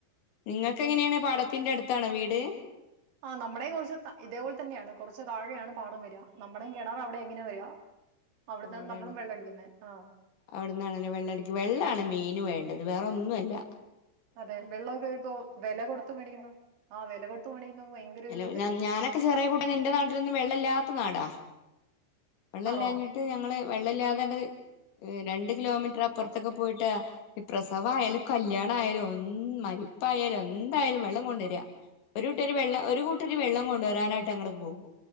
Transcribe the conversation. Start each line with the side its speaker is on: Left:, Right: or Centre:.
Left: നിങ്ങക്കെങ്ങനെണ് പാടത്തിന്റട്ത്താണോ വീട്?
Right: ആഹ് നമ്മുടെ കുറച്ച് ഇതേപോലെ തന്നെയാണ് കുറച്ച് താഴെയാണ് പാടം വരിക. നമ്മുടെയും കിണറ് അവിടെ ഇങ്ങനെ വരിക. അവിടുന്നാണ്
Left: അവടെണ്
Right: നമ്മളും വെള്ളം അടിക്കുന്നത് ആ
Left: അവ്ട്ന്നാണ് ലെ വെള്ള ടിക്ക് വെള്ളാണ് മെയിന് വേ ണ്ടത് വേറെന്നുഅല്ല.
Right: അതെ വെള്ളൊക്കെപ്പൊ വെല കൊട്ത്ത് മേടിക്കുന്ന ആഹ് വെല കൊട്ത്ത് മേടിക്കുന്ന ഭയങ്കര
Left: ഹലോ
Right: ഒരു ഇതല്ലേ
Left: ഞാൻ ഞാനൊക്കെ ചെറിയ കൂട്ട എന്റെ നാട്ടിലൊന്നും വെള്ള ഇല്ലാത്ത നാടാ. വെള്ള
Right: ആണോ
Left: ഇല്ലാഞ്ഞിട്ട് ഞങ്ങള് വെള്ളം ഇല്ലാകേണ്ടത് രണ്ടു കിലോമീറ്റർ അപ്പുറത്തൊക്കെ പോയിട്ട് ഈ പ്രസവയാലും കല്യാണ ആയാലും ഒന്ന് മരി പ്പായാലും എന്തായാലും വെള്ളം കൊണ്ടുവരിഅ. ഒരു കൂട്ടരു വെള്ളം ഒരു കൂട്ടരു വെള്ളം കൊണ്ടുവരാനായിട്ട് അങ്ങട് പോകും.